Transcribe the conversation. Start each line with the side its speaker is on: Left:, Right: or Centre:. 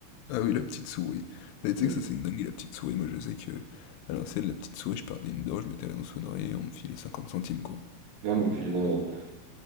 Left: Ah oui, la petite souris. Mais tu
Right: Mmh.
Left: sais que ça, c'est une dingue la petite souris. Moi, je sais que à l'ancienne, la petite souris, je perdais une dent, je mettais la dans sonnerie et on me filait 50 centimes, quoi.
Right: Ah mon pull vent